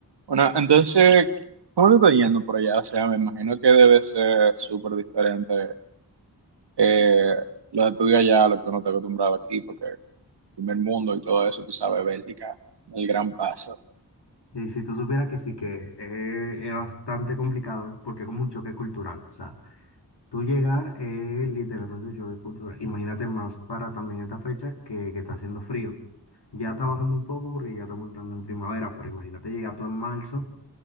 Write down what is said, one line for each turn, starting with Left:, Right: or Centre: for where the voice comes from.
Right: Bueno, entonces, ¿cómo te está yendo por allá? O sea, me imagino que debe ser súper diferente eh, lo de tu día allá, a lo que uno está acostumbrado aquí, porque el primer mundo y todo eso, tú sabes, Bélgica, el gran paso.
Left: Y si tú supieras que sí, que eh, es bastante complicado porque es como un choque cultural. O sea, tú llegar es literalmente un choque cultural. Imagínate más para también esta fecha que, que está haciendo frío. Ya está bajando un poco porque ya estamos entrando en primavera, pero imagínate llegar tú en marzo,